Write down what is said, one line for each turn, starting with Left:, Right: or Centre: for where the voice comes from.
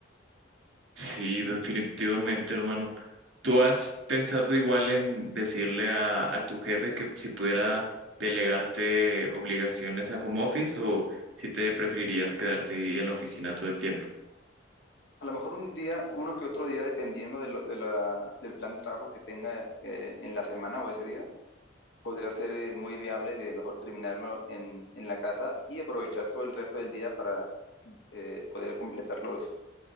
Right: Sí, definitivamente, hermano. ¿Tú has pensado igual en decirle a, a tu jefe que si pudiera delegarte obligaciones a home office o si te preferirías quedarte ahí en la oficina todo el tiempo?
Left: A lo mejor un día, uno que otro día, dependiendo de lo- de la- del plan de trabajo que tenga eh, en la semana o ese día, podría ser eh, muy viable de mejor terminarlo en, en la casa y aprovechar todo el resto del día para eh, poder completar los,